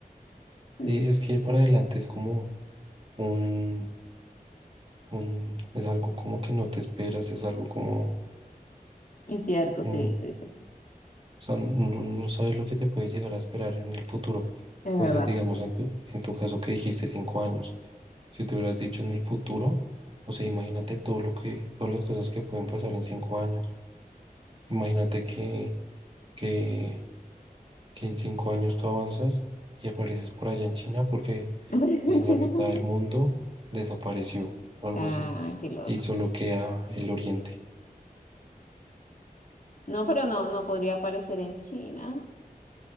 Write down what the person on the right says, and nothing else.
sí, es que ir para adelante es como un, un, es algo como que no te esperas, es algo como,
mm,
O sea, no, no sabes lo que te puede llegar a esperar en el futuro.
Entonces,
digamos, en tu, en tu caso que dijiste cinco años, si te hubieras dicho en el futuro, o sea, imagínate todo lo que, todas las cosas que pueden pasar en cinco años. Imagínate que, que, que en cinco años tú avanzas y apareces por allá en China porque
eh,
la mitad
del mundo desapareció o algo
así
y solo queda el oriente.